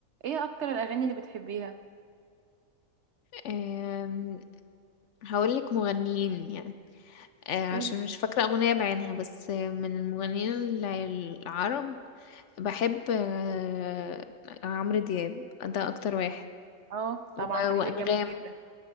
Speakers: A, on the right; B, on the left.
A: ايه اكتر الاغاني اللي بتحبيها
B: أم، هقولك مغنيين يعني أه، عشان
A: قولي
B: مش فاكرة أغنية بعينها بس أه، من المغنيين ال- العرب بحب أه، عمرو دياب ده أكتر واحد
A: اه طبعا
B: و-
A: حبيبي
B: وأنغام
A: الجميل ده